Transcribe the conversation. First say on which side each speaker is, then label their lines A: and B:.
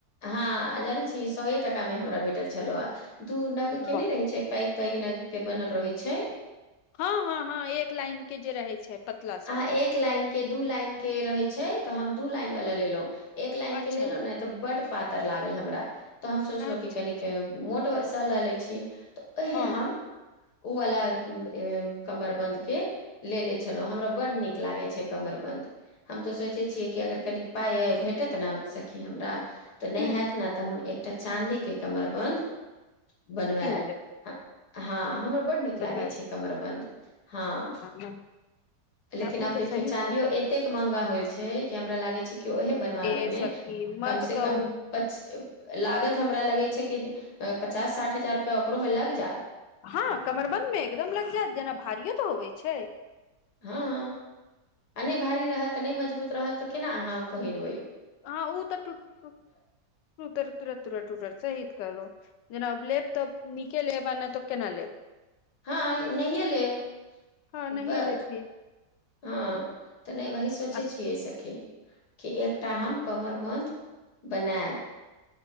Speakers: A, on the left; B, on the left.
A: अहाँ जानै छी सोए टाका मे हमरा भेटल छलौ ह दू नग के
B: वाह
A: नहि रहै छै पैक पैग नग के बनल रहै छै।
B: हाँ-हाँ-हाँ एक लाइन के जे रहै छै पतला
A: आ
B: सा।
A: एक लाइन के दू लाइन के रहै छै तऽ हम दू लाइन वाला लेलों एक लाइन
B: अच्छा
A: के लेलों नऽ बड पातर लागल हमरा तऽ हम सोचलौं
B: अच्छा
A: की कनिक
B: अच्छा
A: मोट ओय सऽ ल लय छी। उहे
B: हँ
A: हम उ वला ए कमरबंध के ले ले छलौं, हमरा बड्ड नीक लागय छै कमरबंध। हम तऽ सोचय छियय कि अगर कनी। पाइ आय भेटत नऽ सखी हमरा तऽ नय
B: ह
A: हैत नऽ तऽ हम एकटा चाँदी के कमरबंध बनबायब
B: कीन लेब
A: हँ हाँ हमरा बड नीक
B: बनबायब
A: लागय छै कमरबंध। हाँ,
B: आ
A: लेकिन
B: ओ
A: अब देखियौ
B: तऽ सही
A: चाँदियो
B: कह
A: एक एतेक महंगा होएल छै कि हमरा लागे छै कि ओहे बनवाबे
B: ए
A: मे
B: सखी
A: कम
B: मत
A: से
B: कहू
A: कम पछ लागत हमरा लगै छै कि जे पचास साठ हजार रुपया ओकरोमे लग जायत।
B: हाँ कमरबंध मऽ एकदम लग जायत जेना भारियो तऽ होबय छै।
A: हाँ आ नय भारी रहत नय मजबूत रहत तऽ केना अहाँ अ पहिरबै।
B: अहँ ऊ तऽ टुट पुट <unintelligible> टुटत सही त कहलौं जेना लैब तऽ नीके लेब आ नय तऽ केना लेब
A: हाँ नहिये लेब
B: हँ नहिये
A: बस
B: लेब फिर
A: हँ तऽ नहि वही सोचै
B: अस
A: छियै सखी कि एकटा हम कमर बंध बनेब